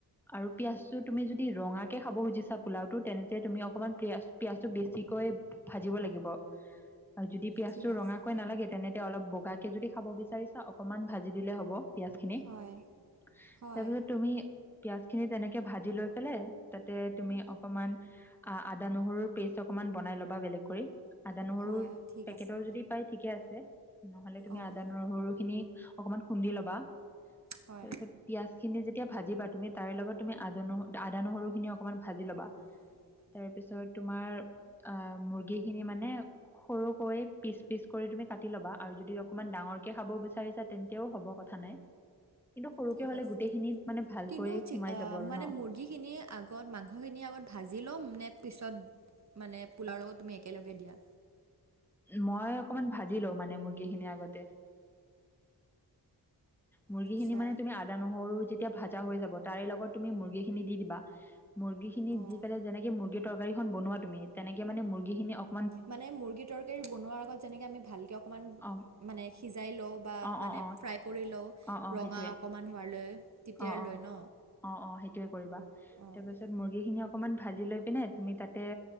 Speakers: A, in the centre; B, on the right (about 45°).
A: আৰু পিয়াজটো তুমি যদি ৰঙাকে খাব খুজিছা পোলাওটো তেনেতে তুমি অকণমান পিয়াজ পিয়াজটো বেছিকৈ ভাজিব লাগিব আৰু যদি পিয়াজটো
B: ঠিক
A: ৰঙাকৈ
B: আছে
A: নালাগে তেনেতে অলপ বগাকে যদি খাব বিচাৰিছা অকমান ভাজি দিলে হ'ব পিয়াজখিনি
B: হয়
A: তাৰপিছত
B: হয়
A: তুমি পিয়াজখিনি তেনেকে ভাজি লৈ পেলাই তাতে তুমি অকমান আ আদা নহৰুৰ পেষ্ট অকমান বনাই লবা বেলেগ কৰি আদা ন
B: হয় ঠিক
A: পেকেটৰ
B: আছে
A: যদি পাই ঠিকে আছে নহলে তুমি
B: অঁ
A: আদা নহৰু খিনি অকমান খুন্দি ল'বা তাৰ
B: হয়
A: পিছত পিয়াজ খিনি যেতিয়া ভাজিবা তুমি তাৰে লগত তুমি আদা ন আদা নহৰুখিনি অকমান ভাজি ল'বা
B: <unintelligible>
A: তাৰ পিছত তোমাৰ আ মুৰ্গী খিনি মানে সৰুকৈ পিচ পিচ কৰি তুমি কাটি ল'বা আৰু যদি অকনমান ডাঙৰকে খাব বিচাৰিছা তেন্তেও হ'ব কথা নাই কিন্তু সৰুকে
B: ঠিক
A: হ'লে
B: আছে
A: গোটেইখিনিত মানে ভালকৈ
B: কিন্তু
A: সোমাই
B: চি আ
A: যাব আৰু
B: মানে
A: ন।
B: মুৰ্গীখিনি আগত মাংসখিনি আগত ভাজি ল'ম নে পিছত মানে পোলাও লগত তুমি একেলগে দিয়া
A: মই অকনমান ভাজি লওঁ মানে মুৰ্গী খিনি আগতে মুৰ্গীখিনি
B: আচ্ছা
A: মানে তুমি আদা নহৰু যেতিয়া ভাজা হৈ যাব তাৰে লগত তুমি মুৰ্গীখিনি দি দিবা মুৰ্গী খিনিত
B: অঁ
A: দি পেলাই যেনেকে মুৰ্গী তৰকাৰীখন বনোৱা তুমি তেনেকে মানে মুৰ্গীখিনি অক
B: মানে মুৰ্গী তৰকাৰী বনোৱাৰ আগত যেনেকে আমি ভালকে অকমান
A: অ'
B: মানে সিজাই লওঁ বা
A: অ'
B: মানে
A: অ' অ'
B: ফ্ৰাই কৰি লওঁ
A: অ' অ'
B: ৰঙা
A: সেইটোৱে
B: অকণমান হোৱালৈ তেতিয়ালৈ
A: অ অ
B: ন
A: অ অ সেইটোৱে কৰিবা
B: অঁ
A: তাৰপাছত মুৰ্গীখিনি অকণমান ভাজি লৈ পিনে তুমি তাতে